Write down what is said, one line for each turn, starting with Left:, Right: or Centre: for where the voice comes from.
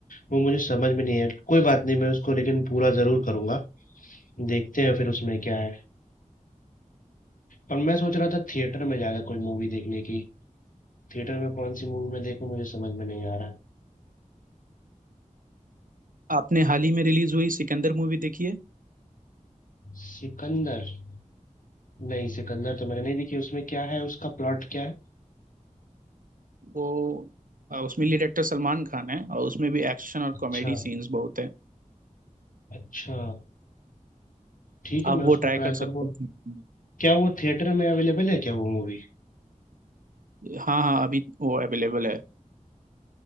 Left: वो मुझे समझ में नहीं है कोई बात नहीं मैं उसको लेकिन पूरा जरूर करूंगा देखते हैं फिर उसमें क्या है और मैं सोच रहा था थिएटर में जाकर कोई मूवी देखने की थिएटर में कौन सी मूवी मैं देखूं मुझे समझ में नहीं आ रहा
Right: आपने हाल ही में रिलीज हुई सिकंदर मूवी देखी है
Left: सिकंदर नहीं सिकंदर तो मैंने नहीं देखी उसमें क्या है उसका प्लॉट क्या है
Right: वो अ, उसमें लीड एक्टर सलमान खान है और उसमें भी एक्शन और
Left: अच्छा
Right: कॉमेडी सीन्स बहुत है
Left: अच्छा ठीक है
Right: आप
Left: मैं
Right: वो
Left: उसको
Right: ट्राई
Left: ट्राई
Right: कर
Left: करूंगा
Right: सकते हैं
Left: क्या वो थिएटर में अवेलेबल है क्या वो मूवी
Right: हाँ हाँ अभी वो अवेलेबल है